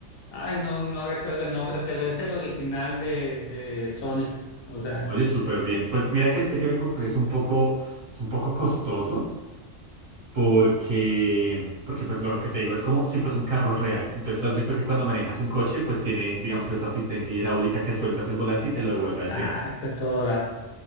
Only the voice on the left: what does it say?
Ay, no, no recuerdo el nombre, pero es el original de, de Sony. O sea,
ah,
que a todo dar.